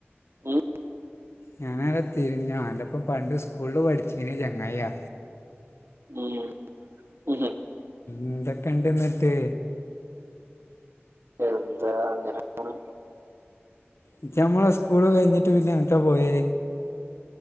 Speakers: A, on the right (about 65°); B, on the left (about 75°).
A: ഉം,
B: ഞാനാര തിരിഞ്ഞ അന്റൊപ്പം പണ്ട് സ്കൂളിൽ പഠിച്ചിനെ ചെങ്ങായിയാ
A: ഉം ഉം.
B: എന്തൊക്കെ ഇണ്ട്ന്നിട്ട്
A: എന്താ അങ്ങനെ പോണ്.
B: ഇജ്ജ് ഞമ്മള് സ്കൂള് കഴിഞ്ഞിട്ട് പിന്നെങ്ങട്ട പോയെ